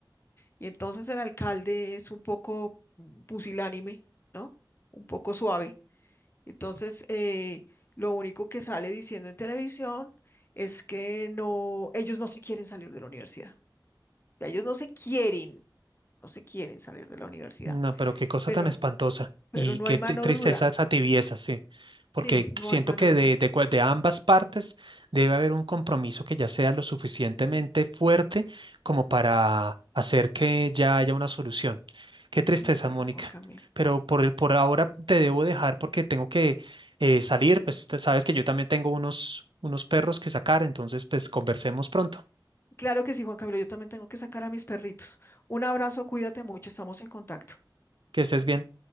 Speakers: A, on the left (about 30°); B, on the right (about 80°).
A: Y entonces el alcalde es un poco mm, pusilánime, ¿no? Un poco suave. Entonces, eh, lo único que sale diciendo en televisión es que no, ellos no se quieren salir de la universidad. Ya ellos no se quieren, no se quieren salir de la universidad,
B: No, pero qué cosa
A: pero,
B: tan espantosa
A: pero
B: y
A: no
B: qué
A: hay mano
B: te- tristeza
A: dura.
B: esa tibieza, sí, porque
A: Sí, no
B: siento
A: hay mano
B: que
A: dura.
B: de, de, cua- de ambas partes debe haber un compromiso que ya sea lo suficientemente fuerte como para hacer que ya haya una solución. Qué tristeza,
A: Así
B: Mónica.
A: es, Juan Camilo.
B: Pero por el, por ahora te debo dejar porque tengo que eh, salir, pues te- sabes que yo también tengo unos, unos perros que sacar, entonces pues conversemos pronto.
A: Claro que sí, Juan Camilo, yo también tengo que sacar a mis perritos. Un abrazo, cuídate mucho, estamos en contacto.
B: Que estés bien.